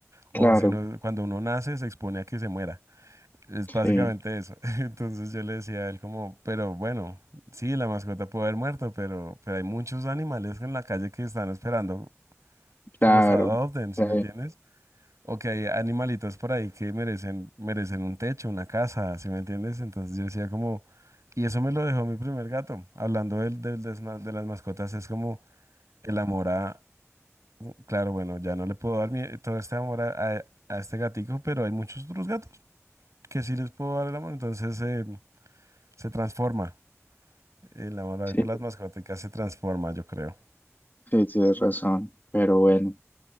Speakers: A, on the right; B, on the left.
A: O
B: Claro,
A: si uno, cuando uno nace, se expone a que se muera. Es
B: sí,
A: básicamente eso. <laughs> Entonces yo le decía a él como, pero bueno, sí, la mascota puede haber muerto, pero, pero hay muchos animales en la calle que están esperando que
B: claro.
A: los adopten,
B: Sí,
A: ¿sí me entiendes? O que hay animalitos por ahí que merecen, merecen un techo, una casa, ¿sí me entiendes? Entonces yo decía como, y eso me lo dejó mi primer gato. Hablando del, del, des- de las mascotas, es como el amor a, claro, bueno, ya no le puedo dar mi- todo este amor a, a- a este gatico, pero hay muchos otros gatos que sí les puedo dar el amor. Entonces... eh, se transforma. El amor
B: sí,
A: por las mascotas se transforma, yo creo.
B: sí, tienes razón. Pero bueno,